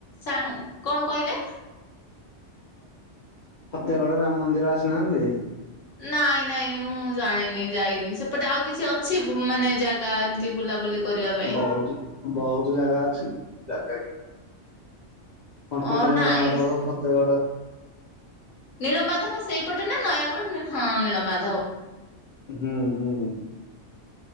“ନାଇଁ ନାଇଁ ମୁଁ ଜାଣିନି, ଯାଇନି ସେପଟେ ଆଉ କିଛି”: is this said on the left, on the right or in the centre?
Left